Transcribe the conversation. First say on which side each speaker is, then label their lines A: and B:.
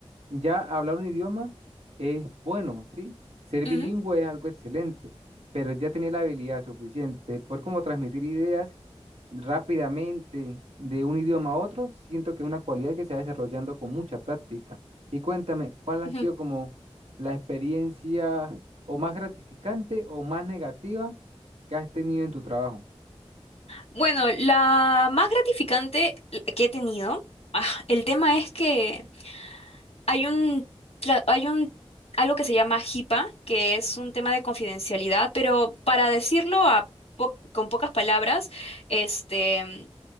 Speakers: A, on the right; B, on the left.
A: ya hablar un idioma es bueno, ¿sí? Ser
B: Ujú,
A: bilingüe es algo excelente, pero ya tener la habilidad suficiente por poder como transmitir ideas rápidamente de un idioma a otro, siento que es una cualidad que se va desarrollando con mucha práctica. Y cuéntame, ¿cuál ha
B: ujú.
A: sido como la experiencia o más gratificante o más negativa que has tenido en tu trabajo?
B: Bueno, la más gratificante que he tenido, ah, el tema es que hay un, tra- hay un, algo que se llama HIPAA, que es un tema de confidencialidad, pero para decirlo a po- con pocas palabras, este,